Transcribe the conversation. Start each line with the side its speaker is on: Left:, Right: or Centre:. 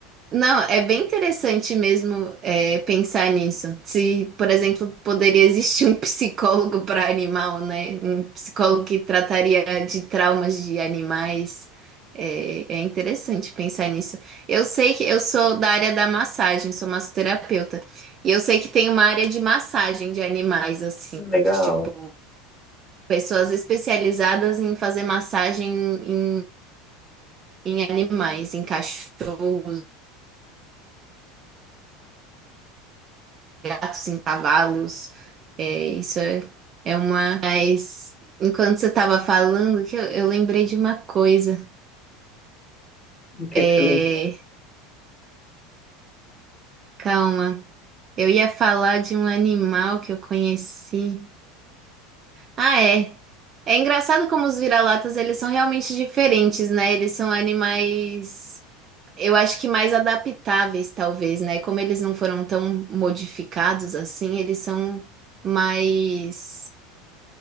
Right: Não, é bem interessante mesmo é, pensar nisso. Se, por exemplo, poderia existir um <laughs> psicólogo para animal, né? Um psicólogo que trataria de traumas de animais. É, é interessante pensar nisso. Eu sei que eu sou da área da massagem, sou massoterapeuta. E eu sei que tem uma área de massagem de animais, assim,
Centre: Legal.
Right: tipo, pessoas especializadas em fazer massagem em, em animais, em cachorros gatos, em cavalos. É, isso é, é uma. Mas enquanto você estava falando, que eu, eu lembrei de uma coisa.
Centre: O que
Right: É,
Centre: que você lembra?
Right: calma. Eu ia falar de um animal que eu conheci. Ah, é. É engraçado como os vira-latas, eles são realmente diferentes, né? Eles são animais, eu acho que mais adaptáveis, talvez, né? Como eles não foram tão modificados assim, eles são mais